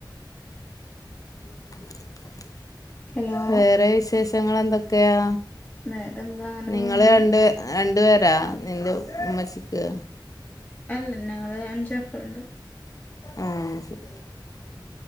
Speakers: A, on the left; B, on the left.
A: <unintelligible>
B: ഹലോ
A: വേറെ വിശേഷങ്ങളെന്തൊക്കെയാ
B: വേറെന്താ അങ്ങനെ
A: നിങ്ങള്
B: പോണ്
A: രണ്ട്. രണ്ടു വേരാ നിന്റെ ഉമ്മച്ചിക്ക്?
B: അല്ല ഞങ്ങൾ അഞ്ച്മക്കള്ണ്ട്.
A: ആഹ ശരി.